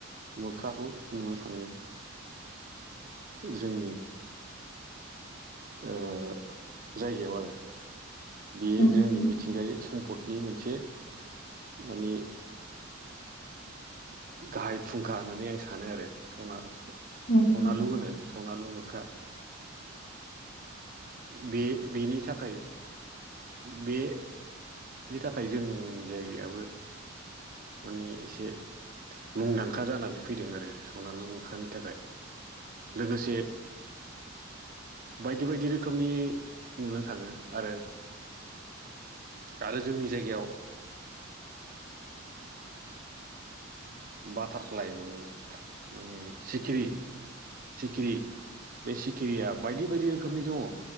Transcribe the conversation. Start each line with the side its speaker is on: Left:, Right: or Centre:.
Right: मोख्राखौ नुनो थाङो। जोंनि ओ जायगायाव आरो बेयो
Left: नोंथां
Right: जोंनि मि मिथिंगायारि सम्पदनि मोनसे माने गाहाय फुंखा होननानै आं सानो आरोना सना
Left: औ नोंथां औ नोंथां औ नोंथां औ नोंथां औ नोंथां
Right: सनालु
Left: औ नोंथां औ नोंथां औ
Right: होनो सनालु मोख्रा। बे बेनि थाखाय बे बेनि थाखाय जोंनि जायगायाबो माने एसे मुंदांखा जानानै फैदों आरो सनालु मोखनि थाखाय। लोगोसे बायदि - बायदि रोखोमनि नुनो थाङो आरो आरो जोंनि जायगायाव बाटारफ्लाइ माने माने सिखिरि सिखिरि बे सिखिरिया बायदि- बायदि रोखोमनि दङ